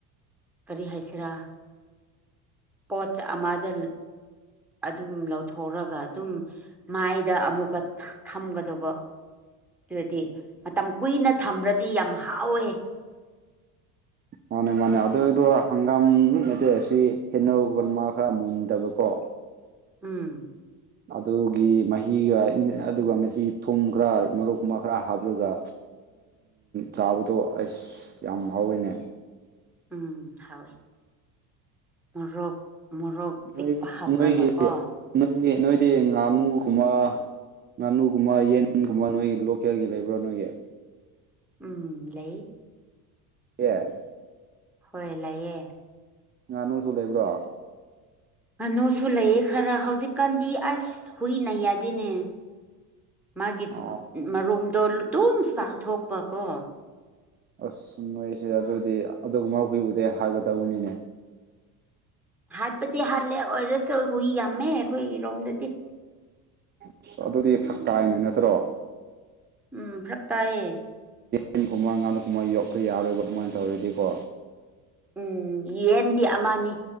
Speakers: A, in the centre; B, on the right.
A: ꯀꯔꯤ ꯍꯥꯏꯁꯤꯔꯥ ꯄꯣꯠ ꯆꯩ ꯑꯃꯗ ꯑꯗꯨꯝ ꯂꯧꯊꯣꯛꯔꯒ ꯑꯗꯨꯝ ꯃꯥꯏꯗ ꯑꯃꯨꯛꯀ ꯊꯝꯒꯗꯧꯕ ꯑꯗꯨꯗꯤ ꯃꯇꯝ ꯀꯨꯏꯅ ꯊꯝꯃꯗꯤ ꯌꯥꯝ ꯍꯥꯎꯋꯦ
B: ꯃꯥꯅꯦ ꯃꯥꯅꯦ ꯑꯗꯨꯗꯣ ꯍꯪꯒꯥꯝ ꯃꯦꯇꯩꯦ ꯑꯁꯤ ꯍꯦꯟꯅꯧꯒꯕ ꯈꯔ ꯃꯨꯟꯗꯕꯀꯣ
A: ꯎꯝ
B: ꯑꯗꯨꯒꯤ ꯃꯍꯤꯒ ꯑꯗꯨꯒ ꯃꯁꯤ ꯊꯨꯝ ꯈꯔ ꯃꯣꯛꯀꯨꯝꯕ ꯈꯔ ꯍꯥꯞꯂꯒ ꯆꯥꯕꯗꯣ ꯑꯁ ꯌꯥꯝ ꯐꯥꯎꯋꯦꯅꯦ
A: ꯎꯝ ꯍꯥꯎꯣꯏ ꯃꯣꯔꯣꯛ ꯃꯣꯔꯣꯛ ꯇꯦꯛꯛꯄ
B: ꯅꯣꯏ
A: ꯍꯥꯕꯨꯔꯥꯒ
B: ꯅꯣꯏꯒꯤ
A: ꯀꯣ
B: ꯅꯣꯏ ꯅꯣꯏꯗꯤ ꯉꯥꯅꯨꯒꯨꯝꯕ ꯉꯥꯅꯨꯒꯨꯝꯕ ꯌꯦꯟꯒꯨꯝꯕ ꯅꯣꯏꯒꯤ ꯂꯣꯀꯦꯜꯒꯤ ꯂꯩꯕ꯭ꯔꯥ ꯅꯣꯏꯒꯤ
A: ꯎꯝ ꯂꯩ
B: ꯑꯦ
A: ꯍꯣꯏ ꯂꯩꯌꯦ
B: ꯉꯥꯅꯨꯁꯨ ꯂꯩꯕ꯭ꯔꯣ
A: ꯀꯅꯨꯁꯨ ꯂꯩꯌꯦ ꯈꯔ ꯍꯧꯖꯤꯛꯀꯥꯟꯗꯤ ꯑꯁ ꯍꯨꯏ ꯅ ꯌꯥꯗꯦꯅꯦ ꯃꯥꯒꯤ
B: ꯑꯣ
A: ꯃꯔꯨꯝꯗꯣ ꯑꯗꯨꯝ ꯆꯥꯊꯣꯛꯄꯀꯣ
B: ꯑꯁ ꯅꯣꯏꯁꯦ ꯑꯗꯨꯗꯤ ꯑꯗꯨꯒꯨꯝꯕ ꯍꯨꯏꯨꯗꯩ ꯍꯥꯏꯒꯗꯧꯕꯅꯤꯅꯦ
A: ꯍꯥꯠꯄꯗꯤ ꯍꯥꯜꯂꯦ ꯑꯣꯏꯔꯁꯨ ꯍꯨꯏ ꯌꯥꯝꯃꯦ ꯑꯩꯈꯣꯏꯒꯤꯔꯣꯝꯗꯗꯤ
B: ꯑꯁ ꯑꯗꯨꯗꯤ ꯐꯛꯇꯥꯏꯅ ꯅꯠꯇ꯭ꯔꯣ
A: ꯎꯝ ꯐꯂꯛ ꯇꯥꯏꯌꯦ
B: ꯌꯦꯟꯒꯨꯝꯕ ꯉꯥꯅꯨꯀꯨꯝꯕ ꯌꯣꯛꯄ ꯌꯥꯔꯣꯏꯕ ꯑꯗꯨꯃꯥꯏꯅ ꯇꯧꯔꯗꯤꯀꯣ
A: ꯎꯝ ꯌꯦꯟꯗꯤ ꯑꯃꯅꯤ